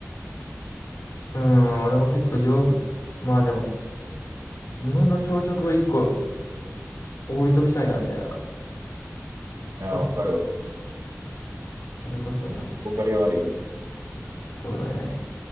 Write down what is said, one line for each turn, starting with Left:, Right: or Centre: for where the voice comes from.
Left: うん、俺も結構ヨーグ、まあでも、日本の朝食を一個置いときたいなみたいな。
Right: やー、
Left: そ、
Right: わかるわ。
Left: それこそな、
Right: 憧れはあるよね。
Left: そうだね。